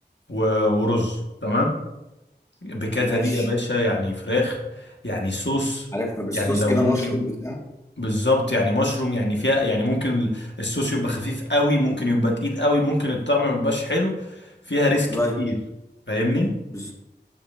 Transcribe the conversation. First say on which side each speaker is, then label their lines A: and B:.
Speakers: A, on the left; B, on the left.
A: و- ورز تمام بكاتا
B: ماشي
A: دي يا باشا يعني فراخ يعني صوص
B: عارفها بالصوص
A: يعني لو
B: كده
A: ممكن
B: مشروم بتاع
A: بالظبط يعني مشروم يعني فيها يعني ممكن الصوص يبقى خفيف قوي ممكن يبقى تقيل قوي ممكن الطعم ما يبقاش حلو فيها ريسك كتير
B: ايوه
A: فاهمني
B: بالظبط